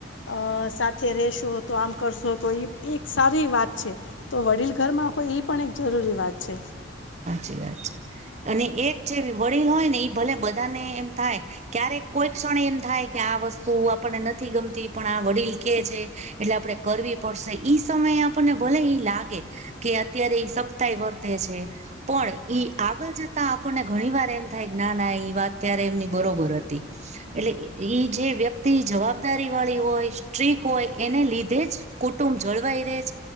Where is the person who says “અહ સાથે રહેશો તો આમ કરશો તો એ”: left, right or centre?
Left